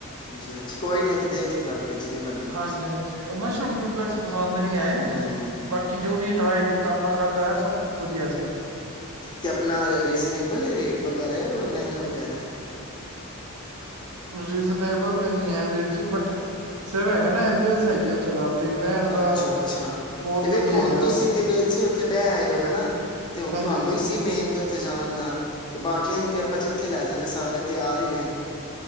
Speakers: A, on the left; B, on the right.
A: ਹਾਂਜੀ ਕੋਈ ਨੀ ਉਥੇ ਦੇਖ ਲਾਂਗੇ ਜਿ ਬਣਯਾ
B: ਹਾਂਜੀ ਹਾਂਜੀ ਉਹ ਮਸ਼ਰੂਮ ਡੁਪਲੈਕਸ ਪਸੰਦ ਨਹੀਂ ਆਏ
A: ਹਮ
B: ਬਾਕੀ ਜੋ ਵੀ ਟਰਾਈ ਕੀਤਾ ਆਪਾਂ ਖਾਧਾ ਹੈ ਸਭ ਵਧੀਆ ਸੀ
A: ਤੇ ਅਪ ਰੀਜ਼ਨੇਬਲ ਏ ਰੇਟ ਵਗੈਰਾ ਤਾਂ ਮਹਿੰਗਾ ਵਗੈਰਾ
B: ਰੀਜ਼ਨੇਬਲ ਤੇ ਨੀ ਹੈ ਵੀਰ ਜੀ ਬਟ ਸੇਵੈ ਮੈਂ ਨਾ ਐਂਮਬੀਅਸ ਹੈਗੀ ਉੱਥੇ ਦਾ ਵੀ ਬਹਿਣ ਦਾ
A: ਅੱਛਾ-ਅੱਛਾ
B: ਬਹੁਤ
A: ਤੇ
B: ਵਧੀਆ
A: ਵੇਖੋ ਹੁਣ
B: ਹੈਗਾ
A: ਤੁਸੀਂ ਤੇ ਵੀਰ ਜੀ ਉੱਥੇ ਬਹਿ ਆਏ ਹੋ ਹਨਾ ਤੇ ਹੁਣ
B: ਹਾਂਜੀ
A: ਤੁਹਾਨੂੰ
B: ਹਾਂਜੀ
A: ਹੀ ਸੀ ਮੇਨ ਤੇ ਉੱਥੇ ਜਾਣ ਦਾ ਤੇ ਬਾਕੀਆਂ ਨੂੰ ਤੇ ਆਪਾਂ ਜਿੱਥੇ ਲੈ ਜਾਗੇ ਸਾਰੇ ਤਿਆਰ ਹੀ ਨੇ